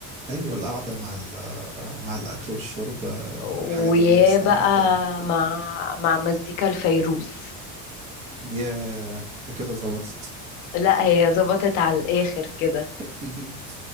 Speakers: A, on the right; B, on the left.
A: ايوه القعده مع ال- مع الاكل والشرب آه،
B: ويا
A: حاجه تانية بصراحه
B: بقى
A: حتى
B: مع مع مزيكا الفيروز
A: يا كده ظبطت
B: لا هي ظبطت على الآخر كده
A: <laughs>